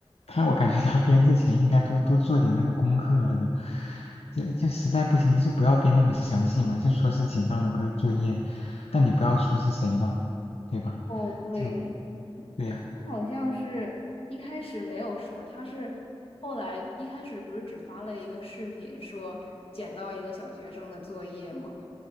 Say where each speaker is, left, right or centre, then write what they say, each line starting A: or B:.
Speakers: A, on the left; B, on the left.
A: 他我感觉他编之前应该多多做点那个功课的，就就实在不行你就不要编那么详细嘛，就说是简到的个作业，但你不要说是谁嘛，对吧？
B: 哦，对，
A: 就对呀、
B: 他好像是一开始没有说，他是后来一开始不是只发了一个视频说捡到一个小学生的作业嘛，